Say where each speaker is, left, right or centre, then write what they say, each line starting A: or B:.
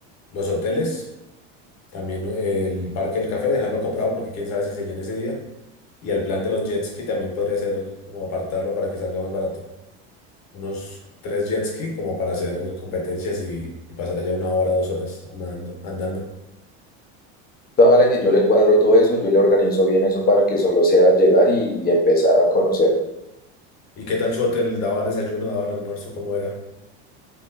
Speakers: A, on the left; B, on the left.
A: los hoteles, también ¿no? el parque del café, dejarlo comprado porque quién sabe si se llena ese día. Y el plan de los jet ski también podría ser como apartarlo para que salga más barato. Unos tres jet ski como para hacer competencias y, y pasar allá una hora, dos horas nadando- andando.
B: Dale que yo le cuadro todo eso, yo le organizo bien eso para que solo sea llegar y, y empezar a conocer.
A: ¿Y qué tal su hotel? ¿Daban desayuno, daban almuerzo? ¿Cómo era?